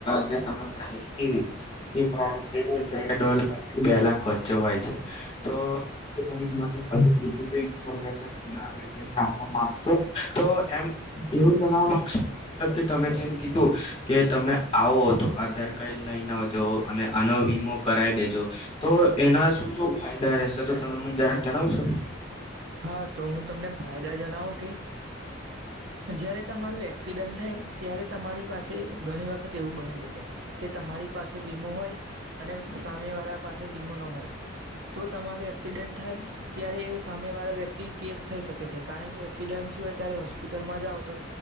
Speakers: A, on the left (about 30°); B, on the right (about 65°).
A: જે તમે પ્રઇસ કીધ તે પ્રાઇસ તે દોઢ લાખથી બે લાખ વચ્ચે હોય છે તો તમે મ બીજી કોઈ ઈફોમેશન ના <unintelligible> આપવા માંગશો તો એમ એવું જણાવવા મા <inaudible> મતલબ કે તમે જેમ કીધું કે તમે આવો તો આધાર કાર્ડ લઈને આવજો અને આનો વીમો કરાવી દેજો તો એના શું શું ફાયદા રહેશે તો તમે મને જરાક જણાવશો
B: હા તો હું તમને ફાયદા જણાવું કે જયારે તમારું એક્સિડન્ટ થાય ત્યારે તમારી પાસે ઘણી વખત એવું બની શકે કે તમારી પાસે વીમો હોય અને સામે વાળા પાસે વીમો ન હોય તો તમારું એક્સિડન્ટ થાય ત્યારે એ સામે વાળો વ્યક્તિ કેસ થઈ શકે છે કારણ કે એક્સિડન્ટ થયુ હોય ત્યારે હોસ્પિટલમાં જાઓ તો